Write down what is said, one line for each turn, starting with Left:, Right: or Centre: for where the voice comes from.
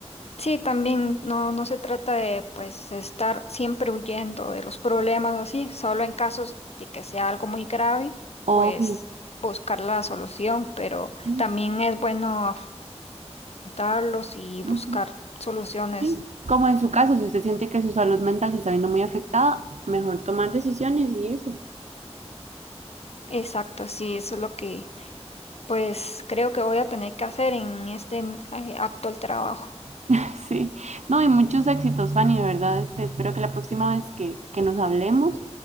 Left: Sí, también no, no se trata de pues estar siempre huyendo de los problemas o así, solo en casos de que sea algo muy grave,
Right: O,
Left: pues buscar la solución, pero
Right: sí,
Left: también es bueno afrontarlos y buscar
Right: ujú.
Left: soluciones
Right: Sí, Como en su caso, si usted siente que su salud mental se está viendo muy afectada, mejor tomar decisiones y irse.
Left: exactas. Sí, eso es lo que pues creo que voy a tener que hacer en este eh, actual trabajo.
Right: <laughs> Sí, no, y muchos éxitos, Fanny, de verdad, este, espero que la próxima vez que, que nos hablemos